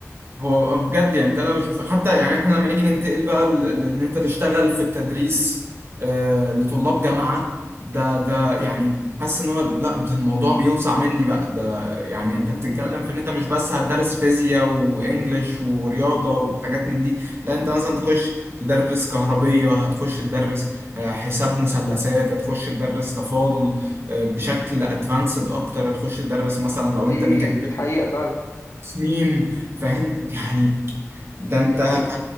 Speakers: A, on the right; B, on the left.
A: هو بجد يعني ده انا بشوفه حتى يعني احنا لما نيجي ننتقل بقى ل- ل- ان انت تشتغل في التدريس آه، لطلاب جامعة ده ده يعني حاسس ان هو لا ده الموضوع بيوسع مني بقى ده يعني
B: م-
A: انت بتتكلم
B: م- م.
A: في ان انت مش بس هتدرس فيزياء وانجليش ورياضة وحاجات من دي لا انت مثلا تخش تدرس كهربية هتخش تدرس آه، حساب مثلثات هتخش تدرس تفاضل آه، بشكل ادفانسد اكتر هتخش تدرس مثلا لو
B: دي
A: انت ميكانيكا
B: دي حقيقة فعلا
A: تصميم فاهم يعني ده
B: دي
A: انت
B: دي حقيقة